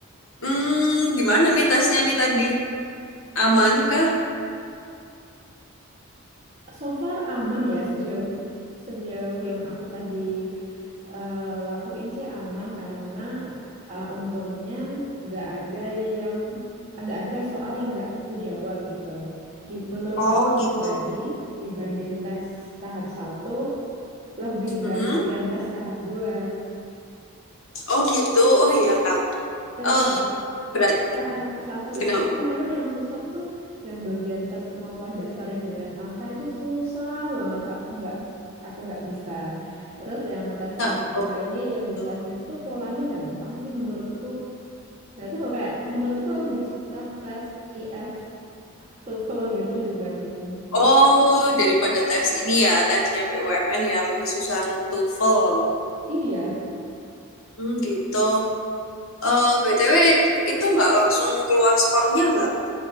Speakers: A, on the left (about 60°); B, on the right (about 30°).
A: Hmm, gimana nih tesnya nih tadi? Aman kah?
B: So far aman ya sejauh sejauh yang aku tadi eh, lakuin sih aman karena eh, untungnya nggak ada yang nggak ada soal yang nggak ku jawab gitu. Di, menurut
A: Oh
B: aku
A: gitu.
B: pribadi dibanding tes tahap satu lebih
A: Mm-mm.
B: gampang yang tes tahap 2.
A: Oh gitu. Oh iya kak.
B: Tes
A: Eh,
B: tahap
A: berarti
B: Tahap satu
A: kenapa?
B: itu kemarin yang susah tuh yang bagian tes kemampuan dasar yang deret angka itu susah banget aku nggak aku nggak bisa. Terus yang tes tahap
A: Nah,
B: kedua
A: oh,
B: ini
A: gitu.
B: yang bahasa Inggris tuh polanya gampang sih menurutku. Nggak tahu kayak menurutku lebih susah tes IF TOEFL gitu dibanding
A: Oh, daripada tes ini ya, tesnya BUMN ya lebih susah TOEFL.
B: Iya,
A: Hmm, gitu. Eh, BTW itu nggak langsung keluar skornya nggak?